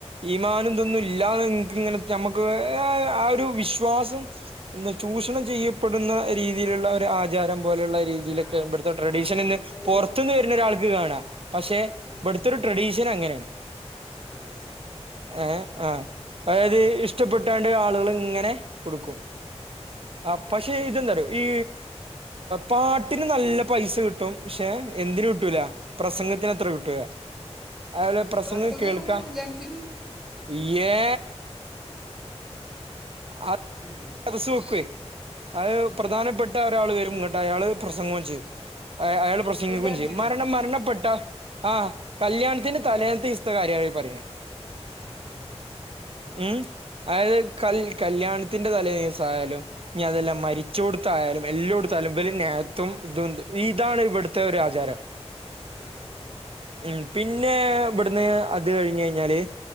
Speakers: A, on the right (about 55°); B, in the centre.
A: ഈമാനും ഇതൊന്നും ഇല്ലാ ഇങ്ങനെ ഞമക്ക് ആ ഒരു വിശ്വാസം <unintelligible> ചൂഷണം ചെയ്യപ്പെടുന്ന രീതിയിലുള്ള ഒരു ആചാരം. പോലുള്ള രീതിയിലൊക്കെ
B: ഒരാ
A: ഇവിടുത്തെ ട്രഡീഷൻന്ന്
B: ആൾദയോ
A: പുറത്തുനിന്ന് വരുന്ന
B: ആ
A: ഒരാൾക്ക് കാണാം പക്ഷെ
B: ആ
A: ഇവിടെത്തെ ഒരു ട്രഡീഷൻ അങ്ങനെയാണ്.
B: അത് ശെരി.
A: ഏഹ് ആഹ് അതായത് ഇഷ്ടപ്പെട്ടാണ്ട് ആളുകൾ ഇങ്ങനെ കൊടുക്കും ആ പക്ഷെ ഇതെന്തറിയോ ഈ പാട്ടിന് നല്ല പൈസ കിട്ടും. പക്ഷെ എന്തിന് കിട്ടൂല പ്രസംഗത്തിന് അത്ര കിട്ടൂല. അലെ പ്രസംഗം
B: പ്രസംഗമൊക്കെ
A: കേൾക്ക
B: ഉണ്ടാവും കല്യാണത്തിന്
A: ഉയ്യേ ആ
B: ഏയ്
A: സ് വെക്കുയ് അത് പ്രധാനപ്പെട്ട ഒരാൾ വരും നിട്ട് അയാള് പ്രസംഗവും ചെയ്യും. അയാൾ പ്രസംഗിക്കും
B: കല്യാണത്തിനോ
A: ചെയ്യും മരണം മരണപ്പെട്ടാ ആഹ് കല്യാണത്തിന് തലേന്നത്തെ ഇസ്ത്തെ കാര്യവാ പറയണേ
B: ആ ആ ആ
A: ഉം അതത് കല് കല്യാണ ത്തിന്റെ തലേസായാലും ഇനി അതെല്ലാം മരിച്ചൊടുത്തായാലും എല്ലോ ടുത്തായാലും ഇവരെന്നെ തും തുണ്ട്. ഇതാണ് ഇവിടുത്തെ ഒരു ആചാരം
B: മം മം
A: ഉം പിന്നെ ഇവിടുന്ന് അത് കഴിഞ്ഞ് കഴിഞ്ഞാല്